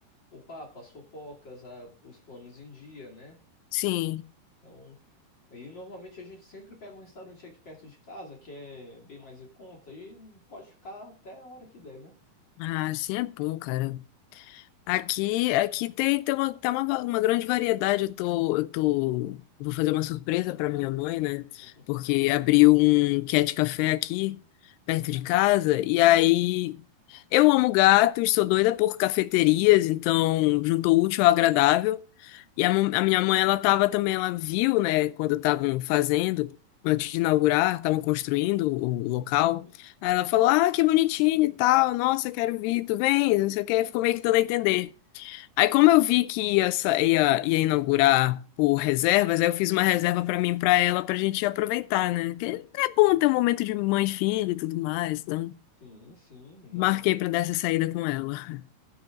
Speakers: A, on the left; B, on the left.
A: o papo, as fofocas, a- os planos em dia, né?
B: sim.
A: Então, aí normalmente a gente sempre pega um restaurante aqui perto de casa, que é bem mais em conta, e pode ficar até a hora que der, né?
B: Ah, sim é bom, cara. Aqui, aqui tem, tem uma, tá uma, va- uma grande variedade. Eu tô, eu tô, eu vou fazer uma surpresa para minha mãe, né?
A: <laughs>
B: Porque abriu um cat café aqui perto de casa e aí eu amo gatos, sou doida por cafeterias, então juntou o útil ao agradável. E a, mo- a minha mãe, ela tava também, ela viu, né, quando estavam fazendo, antes de inaugurar, estavam construindo o local.
A: Sim.
B: Aí ela falou: "Ah, que bonitinho e tal. Nossa, quero vir. Tu vem?" Não sei o que ficou meio que dando a entender. Aí, como eu vi que ia, sa- ia, ia inaugurar por reservas, aí eu fiz uma reserva pra mim e pra ela pra gente aproveitar, né? Que é bom
A: Olha
B: ter um momento de mãe e filha e tudo mais, então
A: Sim, sim,
B: marquei
A: não, né?
B: pra dar essa saída com ela.